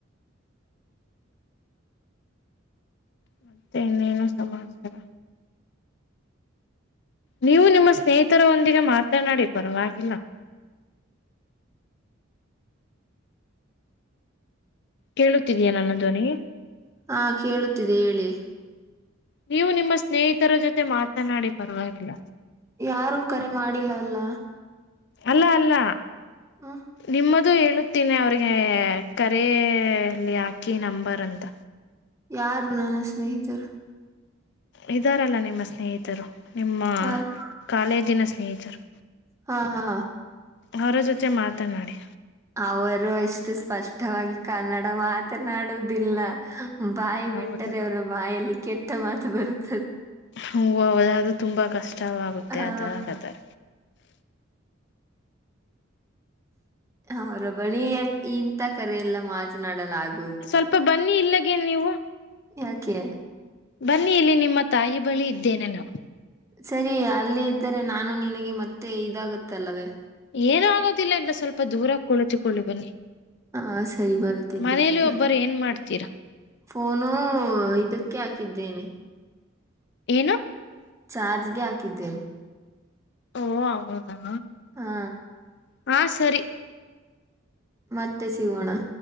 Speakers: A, on the left; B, on the right.
A: ಮತ್ತೆ ಇನ್ನೇನು ಸಮಾಚಾರ ನೀವು ನಿಮ್ಮ ಸ್ನೇಹಿತ ಉತ್ತರೊಂದಿಗೆ ಮಾತನಾಡಿ ಪರವಾಗಿಲ್ಲ ಕೇಳುತ್ತಿದೀಯ ನನ್ನ ಧ್ವನಿ
B: ಹಾ ಕೇಳುತ್ತಿದೆ ಹೇಳಿ
A: ನೀವು ನಿಮ್ಮ ಸ್ನೇಹಿತರ ಜೊತೆ ಮಾತನಾಡಿ ಪರವಾಗಿಲ್ಲ
B: ಯಾರು ಕರೆ ಮಾಡಿಲ್ಲವಲ್ಲ
A: ಅಲ್ಲ ಅಲ್ಲ
B: ಹ್ಮ್
A: ನಿಮ್ಮದು ಇದು ಹೇಳುತ್ತನೆ ಅವ್ರಿಗೆ ಕರಲಿ ಹಾಕಿ ನಂಬರ್ ಅಂತ
B: ಯಾರು ನನ್ನ ಸ್ನೇಹಿತರು
A: ಇದಾರಲ್ಲ ನಿಮ್ಮ ಸ್ನೇಹಿತರು ನಿಮ್ಮ
B: ಯಾರು
A: ಕಾಲೇಜಿನ ಸ್ನೇಹಿತರು
B: ಹಾ ಹಾ
A: ಅವರ ಜೊತೆ ಮಾತನಾಡಿ
B: ಅವರು ಅಷ್ಟು ಸ್ಪಷ್ಟವಾಗಿ ಕನ್ನಡ ಮಾತನಾಡುದಿಲ್ಲ ಬಾಯಿ
A: ಹೌದಾ
B: ಬಿಟ್ಟರೆ ಅವರ ಬಾಯಲ್ಲಿ ಕೆಟ್ಟ ಮಾತು ಬರುತ್ತೆ
A: ಹೂದು ತುಂಬಾ ಕಷ್ಟವಾಗುತ್ತೆ
B: ಆ
A: ಅದಾಗಾದ್ರ
B: ಅವರ ಬಳಿ ಇಂಂತ ಕರೆಲ್ಲ ಮಾತನಾಡಲಾಗ
A: ಸ್ವಲ್ಪ ಬನ್ನಿ ಇಲ್ಲಗೆೇ ನೀವು
B: ಯಾಕೆ
A: ಬನ್ನಿ ಇಲ್ಲಿ ನಿಮ್ಮ ತಾಯಿ ಬಳಿ ಇದ್ದೇನೆ ನಾವು
B: ಸರಿ ಅಲ್ಲಿ ಇದ್ದರೆ ನಾನು ನಿನಗೆ ಮತ್ತೆ ಇದಾಗುತ್ತೆ ಅಲ್ಲವೇ
A: ಏನ ಆಗೋದಿಲ್ಲ ಎಲ್ಲ ಸ್ವಲ್ಪ ದೂರ ಕುಳಿತಕೊಳ್ಳಿ ಬನ್ನಿ
B: ಹಾ ಸರಿ ಬರುತ್ತಿದ್ದೇನೆ
A: ಮನೆಯಲ್ಲಿ
B: ರ
A: ಒಬ್ಬರು ಏನ್ ಮಾಡ್ತೀರಾ
B: ಫೋನು ಇದಕ್ಕೆ ಹಾಕಿದ್ದೇನೆ
A: ಏನಾ
B: ಚಾರ್ಜ್ಗೆ ಹಾಕಿದ್ದೇನೆ
A: ಓ ಅವದಾ
B: ಹಾ
A: ಹ ಸರಿ
B: ಮತ್ತೆ ಸಿಗೋಣ